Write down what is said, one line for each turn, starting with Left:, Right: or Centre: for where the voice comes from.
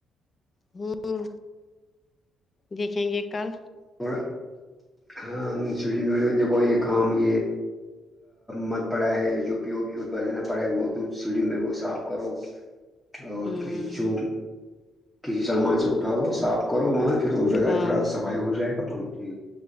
Left: ہوں دیکھیں گے کل
Centre: <unintelligible> وا ہاں ہ شڑڑ دھو یہ کام یہ مت پڑا ہے جو پیویس نہ پڑا وہ تو سیڑھی میں وہ صاف کرو اور
Left: ہوں
Centre: کے جو کسی سامان سے اٹھاؤ صاف کرو وہاں پھر وہ جگہ
Left: ہاں
Centre: تھوڑا سفائی ہو جائے گا وہاں جی